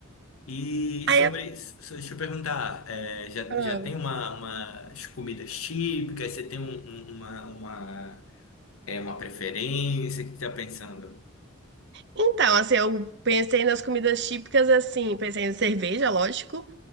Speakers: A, on the left (about 85°); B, on the right (about 55°).
A: E
B: Aí
A: sobre,
B: eu-
A: so- deixa eu perguntar, é, já,
B: Ah.
A: já tem uma, umas comidas típicas? Você tem um- um- uma, uma, é, uma preferência? O que você tá pensando?
B: Então, assim, eu pensei nas comidas típicas, assim, pensei em cerveja, lógico,